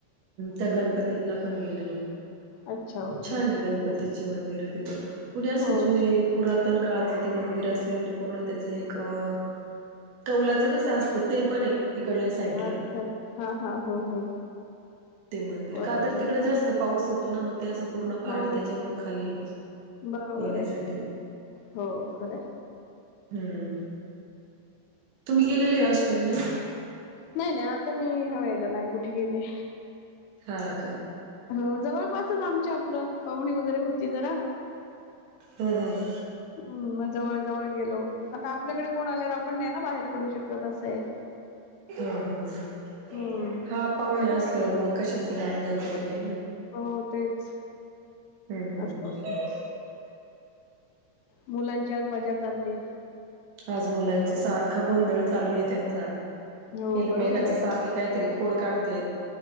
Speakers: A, on the right; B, on the left.
A: त्या गणपतींला पण गेलेलो
B: अच्छा,
A: खूप
B: ओके.
A: छान आहे गणपतीची मंदिर. पुरे असे
B: हो,
A: जुने
B: अच्छा.
A: पुरातन काळातले त मंदिर अस अस पूर्ण त्याचं एकअं कौलाचं कसं असतं ते पण ए इकडली साईडला.
B: अच्छा. हां, हां. हो, हो.
A: ते मंदिर
B: बरोबर
A: का तर तिकड
B: आहे.
A: जास्त पाऊस होतो ना मग त्या असं पूर्ण पाणी
B: हो,
A: त्याच्यावरून खालीइ
B: बरोबर
A: येण्यासाठी
B: आहे. हो खरं हाय.
A: हम्म तुम्ही गेलेले असताय नई
B: नाही नाही आता मी ह्या वेळेला नाही कुठे गेले.
A: हा का.
B: हो जवळपासच आमच्या आपलं पाहुणे वगैरे होती जरा
A: हम हम.
B: हम् म जवळ जवळ गेलो आता आपल्याकडे कोण आल्यावर आपण नाही ना बाहेर पडू शकत असं हाय
A: हा हा हा.
B: हं.
A: हा पाहुणे असल्यावर, मग कशाच लांब जाता येतय ना.
B: हो तेच.
A: हम्म हम्म
B: असं. होतं.
A: हम्म हम्म
B: मुलांची आज मजा चालली.
A: आज मुलांची सारखा गोंधळ चालू आहे त्यांचा.
B: हो
A: एकमेकाचे
B: बरोबर आहे.
A: सारखे काहीतरी खोड काढतेत.